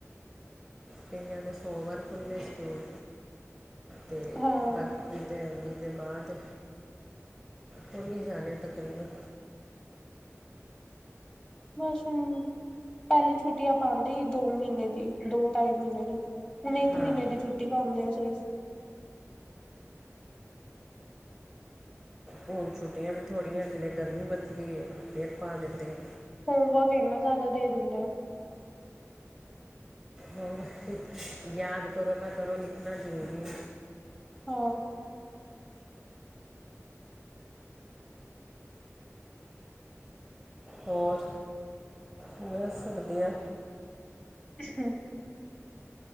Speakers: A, in the centre; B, on the left.
A: ਕਈਆਂ ਦੇ ਸੋਮਵਾਰ ਖੁੱਲ੍ਹੇ ਸਕੂਲ ਤੇ
B: ਹਾਂ
A: ਬਾਕੀ ਤੇ ਦੇ ਬਾਅਦ ਖੁੱਲੀ ਜਾਨੇ ਐ ਤਕਰੀਬਨ
B: ਬਸ ਹੁਨ ਪੈਲੇ ਛੁੱਟੀਆਂ ਪਾਂਦੇ ਸੀ ਦੋ ਮੀਨੇ ਦੀ ਦੋ ਢਾਈ ਮੀਨੇ ਦੀ ਹੁਨ ਇੱਕ
A: ਹਾਂ
B: ਮੀਨੇ ਦੀ ਛੁੱਟੀ ਪਾਂਦੇ ਆ ਸਿਰਫ
A: ਹੁਣ ਛੁੱਟੀਆਂ ਵੀ ਥੋੜੀਐ ਜਿੰਨੇ ਗਰਮੀ ਵਧਦੀ ਐ ਫਿਰ ਪਾ ਦਿੰਦੇ ਆ।
B: ਹੋਮਵਰਕ ਇੰਨਾ ਜ਼ਾਅਦਾ ਦੇ ਦਿੰਦੇ ਐ।
A: ਹੂੰ ਯਾਦ ਕਰੋ ਨਾ ਕਰੋ ਲਿਖਨਾ ਜ਼ਰੂਰੀ ਐ।
B: ਹਾਂ।
A: ਹੋਰ ਬਸ ਵਦੀਆ।
B: <inaudible>